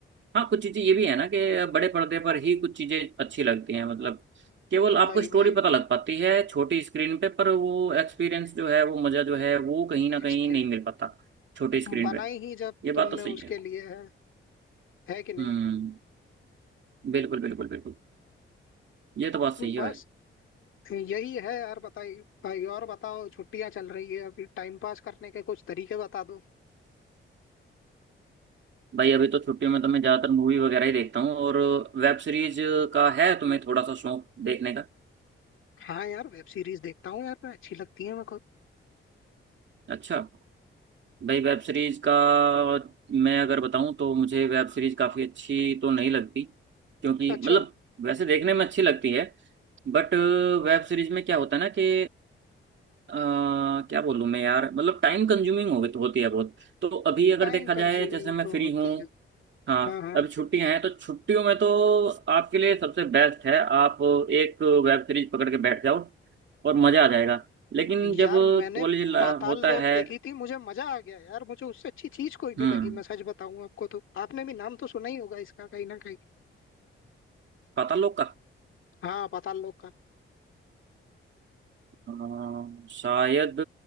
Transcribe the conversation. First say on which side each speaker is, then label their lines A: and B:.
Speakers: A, on the right (about 60°); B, on the left (about 70°).
A: हाँ कुछ चीजें ये भी है ना कि बड़े पर्दे पर ही कुछ चीजें अच्छी लगती हैं मतलब केवल आपको
B: वही
A: स्टोरी
B: वही
A: पता लग पाती है छोटी स्क्रीन पे पर वो एक्सपीरियंस जो है वो मजा जो है वो कहीं ना कहीं
B: एक्सपीरियंस
A: नहीं मिल पाता छोटी स्क्रीन
B: बनाई
A: पे
B: ही जब
A: ये बात
B: तुमने
A: तो सही
B: उसके
A: है
B: लिए है है कि नहीं
A: हम्म बिल्कुल बिल्कुल बिल्कुल ये तो बात सही है
B: बस
A: भाई
B: यही है यार बताइए भाई और बताओ छुट्टियां चल रही है अभी टाइम पास करने के कुछ तरीके बता दो
A: भाई अभी तो छुट्टियों में तो मैं ज्यादातर मूवी वगैरह ही देखता हूँ और वेब सीरीज का है तुम्हें थोड़ा सा शौक देखने का
B: हाँ यार वेब सीरीज देखता हूँ यार मैं अच्छी लगती है मेरे को
A: अच्छा भाई वेब सीरीज का मैं अगर बताऊं तो मुझे वेब सीरीज काफ़ी अच्छी तो नहीं लगती क्योंकि
B: अच्छा
A: मतलब वैसे देखने में अच्छी लगती है बट वेब सीरीज में क्या होता है ना कि अ, क्या बोलूं मैं यार मतलब टाइम कंज्यूमिंग हो होती है बहुत तो अभी अगर
B: टाइम
A: देखा
B: कंज्यूमिंग
A: जाए जैसे मैं
B: तो
A: फ्री
B: होती
A: हूँ
B: है
A: हाँ
B: हाँ हाँ
A: अभी छुट्टियां हैं तो छुट्टियों में तो आपके लिए सबसे बेस्ट है आप एक वेब सीरीज पकड़ के बैठ जाओ और मज़ा आ जाएगा लेकिन जब
B: यार मैंने
A: कॉलेज
B: पाताल
A: होता
B: लोक
A: है
B: देखी थी मुझे मजा आ गया यार मुझे उससे अच्छी चीज कोई नहीं
A: हम्म
B: लगी मैं सच बताऊं आपको तो आपने भी नाम तो सुना ही होगा इसका कहीं ना कहीं
A: पाताल लोक का
B: हाँ पाताल लोक का
A: अम, शायद